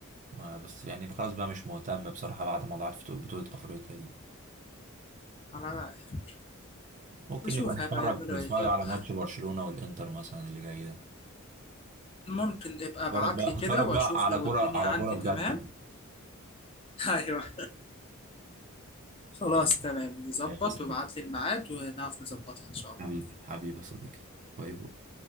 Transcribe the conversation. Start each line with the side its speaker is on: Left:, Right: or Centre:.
Right: ما- بس يعني خلاص بقى مش مهتم بصراحة بعد موضوعات بطولة أفريقيا دي
Left: على رأيك
Right: ممكن
Left: نشوف
Right: نبقى نتفرج
Left: هيبقى يعملوا
Right: نتفرج
Left: إيه يلا
Right: على ماتش برشلونة والإنتر مثلا اللي جاي ده
Left: ممكن ابقى ابعت
Right: نتفرج بقى
Left: لي كده
Right: نتفرج
Left: وأشوف
Right: بقى على
Left: لو
Right: كرة
Left: الدنيا
Right: على
Left: عندي
Right: كرة بجد
Left: تمام
Right: <laughs>
Left: <laughs> ايوه خلاص
Right: ماشي
Left: تمام نظبط
Right: ماشي يا صديقي
Left: وابعت لي الميعاد ونعرف نظبطها ان شاء الله
Right: حبيبي حبيبي يا صديقي باي باي